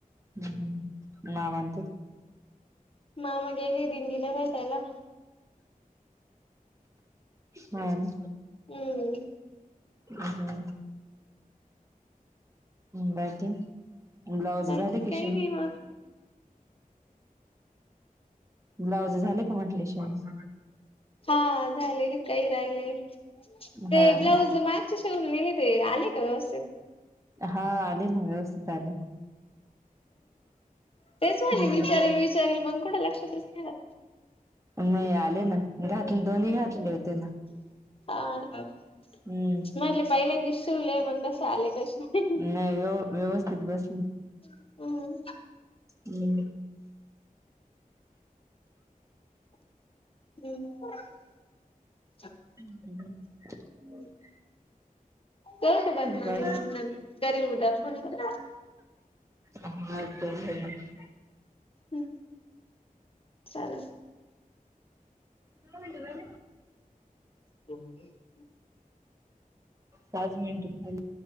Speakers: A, on the right (about 20°); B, on the left (about 40°).
A: हम्म हम्म माम आणते.
B: मामा गेले दिंडीला नाय पहायला?
A: हा ना.
B: हम्म.
A: हम्म बाकी. ब्लाउज
B: बाकी
A: झाले कि
B: काही
A: शिवून
B: नाही मग
A: ब्लाउज झाले का म्हंटले शिवुस
B: हा झाले काही राहिले ते
A: हा ना
B: ब्लाऊज मग चे सिवून नेले ते आले का व्यवस्थित?
A: हा आले ना व्यवस्थित आले.
B: तेच म्हणले
A: हम्म
B: विचारल विचारल मग कुडं लक्षातच नाय राहत.
A: नाही आले ना, घातले दोन्ही घातले होते ना.
B: <unintelligible>
A: हम्म.
B: म्हटले पहिल्यांदी शिवलय मंग कसं आलेय कशी?
A: नाही व्यव-व्यवस्थित बसले.
B: हम्म
A: हम्म.
B: <unintelligible>
A: <inaudible>
B: करू का बंद मग,
A: बाकी
B: नंन करील उद्या फोन परत.
A: हा‌ चल घरात.
B: हम्म, चाललं.
A: इथं कोणी ठेऊ राहीले का?
B: ठेऊ मग?
A: पाच मिनिटं झा